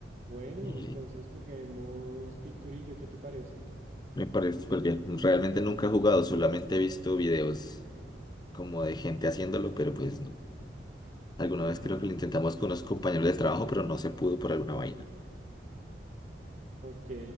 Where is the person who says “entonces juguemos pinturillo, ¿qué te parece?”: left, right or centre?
Right